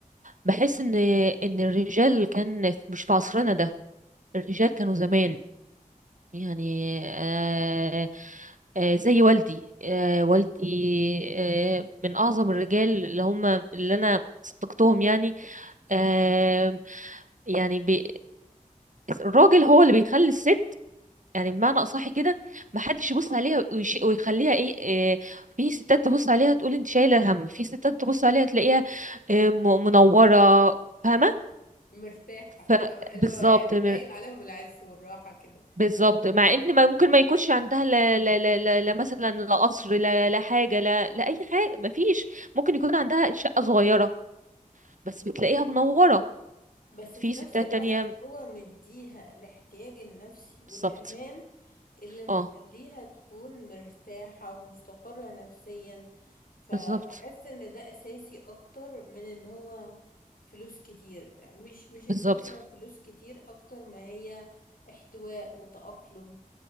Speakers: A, on the right; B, on the left.
A: بحس ان ان الرجال كان مش في عصرنا ده الرجال كانوا زمان يعني آه آه زي والدي آه والدي آه من اعظم الرجال اللي هم اللي انا صدقتهم يعني آه يعني بي الراجل هو اللي بيخلي الست يعني بمعنى اصح كده ما حدش يبص عليها ويش... ويخليها ايه, إيه في ستات تبص عليها تقول انت شايله هم في ستات تبص عليها تلاقيها إيه م- منوره فاهمه
B: مرتاحة
A: ف-
B: فاهمة اللي
A: بالظبط
B: هو يعني باين
A: مر-
B: عليهم العز والراحة كده
A: بالظبط
B: اللي
A: مع
B: هم مس-
A: ان ما ممكن ما يكونش عندها لا, لا, لا, لا, لا مثلا لا قصر لا, لا حاجه لا, لا اي حاجه ما فيش ممكن يكون عندها شقه صغيره بس بتلاقيها منوره
B: بس
A: في
B: في نفس
A: ستات
B: الوقت
A: تانية
B: هو مديها الاحتياج النفسي والأمان
A: بالظبط
B: اللي مخليها
A: اه
B: تكون مرتاحة ومستقرة نفسيا فبحس
A: بالظبط
B: ان ده أساسي أكتر من ان هو فلوس كتير مش مش الفكرة
A: بالظبط
B: فلوس كتير أكتر ما هي احتواء وتأقلم